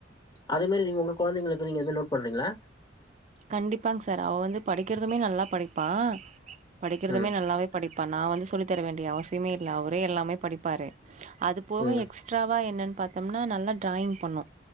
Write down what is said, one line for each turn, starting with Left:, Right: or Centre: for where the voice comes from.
Left: அதே மாதிரி நீங்க உங்க கொழந்தைங்களுக்கு நீங்க நோட் பண்றீங்களா
Right: கண்டிப்பாங் சார் அவ வந்து படிக்கிறதுமே நல்லா படிப்பா படிக்கிறதுமே
Left: ம்
Right: நல்லாவே படிப்பா நா வந்து சொல்லித்தர வேண்டிய அவசியமே இல்ல அவரே எல்லாமே படிப்பாரு அது போக
Left: ம்
Right: எக்ஸ்ட் எஸ்ட்ராவா என்னன்னு பாத்தோம்னா நல்லா டிராயிங் பண்ணு